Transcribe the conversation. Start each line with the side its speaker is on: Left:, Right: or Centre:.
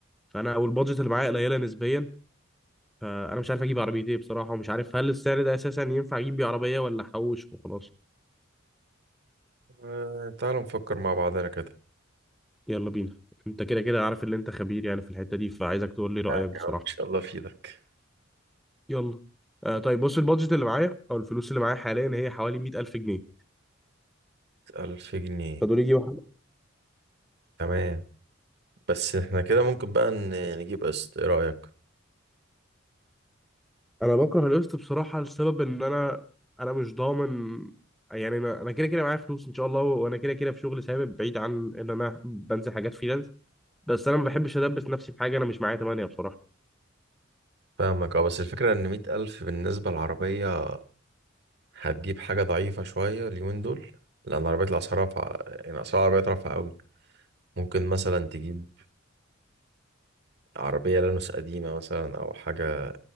Centre: فانا والبادجت اللي معايا قليله نسبيا فانا مش عارف اجيب عربيه ايه بصراحه ومش عارف هل السعر ده اساسا ينفع اجيب بيه عربيه ولا احوش وخلاص
Right: آه تعالوا نفكر مع بعضنا كده
Centre: يلا بينا انت كده كده عارف ان انت خبير يعني في الحته دي فعايزك تقول لي رايك
Right: يعني
Centre: بصراحه
Right: ان شاء الله في ايدك
Centre: يلا آه طيب بص البادجت اللي معايا او الفلوس اللي معايا حاليا هي حوالي 100000 جنيه
Right: ألف جنيه
Centre: فدول يجي واحد
Right: تمام بس احنا كده ممكن بقى ن- نجيب قسط ايه رأيك
Centre: انا بكره القسط بصراحه لسبب ان انا انا مش ضامن يعني انا انا كده كده معايا فلوس ان شاء الله وانا كده كده في شغل ثابت بعيد عن ان انا بنزل حاجات فريلانس بس انا ما بحبش ادبس نفسي بحاجه انا مش معايا تمانية بصراحه
Right: فاهمك اه بس الفكرة ان مية ألف بالنسبة للعربية هتجيب حاجة ضعيفة شوية اليومين دول لأن عربية الأسعار رافعة يعني أسعار العربيات رافعة أوي ممكن مثلا تجيب عربية لانوس قديمة مثلا أو حاجة